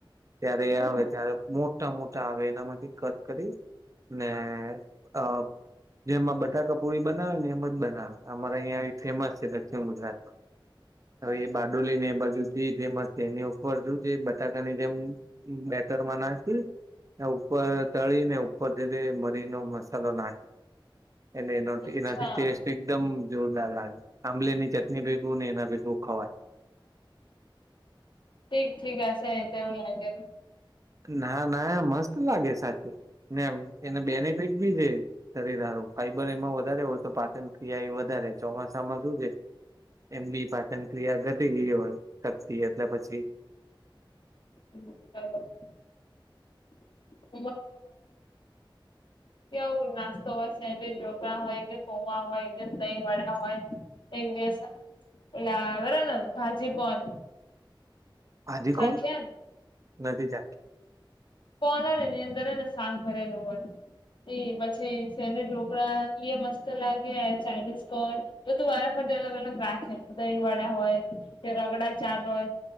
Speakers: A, on the right; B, on the left.
A: ત્યારે
B: હમ
A: એ આવે ત્યારે મો ટા મોટા આવે એનામાંથી કટ કરી ને અહ જેમાં બટાટો પૂરી બનાવે ને એમ જ બનાવે. અમારે અહિયાં એ ફેમસ છે દક્ષિણ ગુજરાતમાં. હવે એ બારડોલીને એ બાજુથી ફેમસ છે એની ઉપર જોજે બટાટાની જેમ બે ખેતરમાં નાખી ત્યાં ઉપર તળી ને ઉપરથી તે મરીનો મસાલો નાખ એને એનોથી
B: અચ્છા
A: એનાથી ટેસ્ટ એક તમ જોરદાર લાગે. આમલેની ચટણી ભેગું ને એના ભેગું ખવાય.
B: ઠીક ઠીક એસે તેવું લાગે.
A: ના ના મસ્ત લાગે સાચું ને એમ એને બેનિફિટ બી છે શરીર ફાઈબર એમાં વધારે હોય તો પાચન ક્રિયાએ વધારે ચોમાસામાં શું છે. એમ બી પાચન ક્રિયા ઘટીગી હોય શકતી એટલે પછી
B: હમ કઈ વાત. <unintelligible> કે આવું નાસ્તો હોય સેન્ડવીચ, ઢોકડાા હોય એક દિવસ પોવા હોય એક દિવસ દહી વડા હોય. એક દિવસ ઓલા આવેરાને ભાજી કોન.
A: <unintelligible>
B: ચાખ્યા પોનનેની અંદર એને શાક ભરેલું હોય. એ પછી સેન્ડવીચ ઢોકળા મસ્ત લાગે ચાઇનીઝ કોન બધું વારા અલગ અલગ રાખે દહીવાડા હોય કે રગડાચાટ હોય.